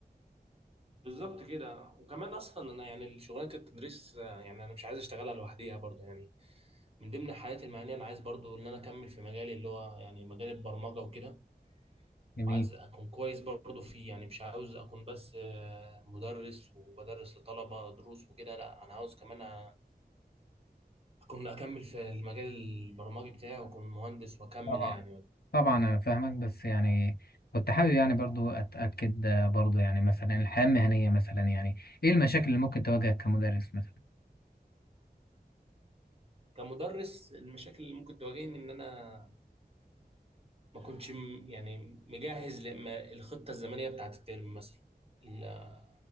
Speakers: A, on the right; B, on the left.
A: بالظبط كده وكمان اصلا انا يعني شغلانه التدريس آه، يعني انا مش عايز اشتغلها لوحديها برضه يعني من ضمن حياتي المهنيه انا عايز برضه ان انا اكمل في مجالي اللي هو يعني مجال البرمجه وكده
B: جميل
A: وعايز اكون كويس برضو فيه يعني مش عاوز اكون بس آه، مدرس وبدرس لطلبة دروس وكده لا انا عاوز كمان أ- اكون اكمل في المجال البرمجي بتاعي واكون مهندس واكمل
B: طبعا
A: يعني
B: طبعا انا فاهمك بس يعني كنت حابب يعني برضو اتاكد آه، برضو يعني مثلا الحياه المهنيه مثلا يعني ايه المشاكل اللي ممكن تواجهك كمدرس مثلا
A: كمدرس المشاكل اللي ممكن تواجهني ان انا ما كنتش م- يعني مجهز لما الخطة الزمنية بتاعت الترم مثلا ال-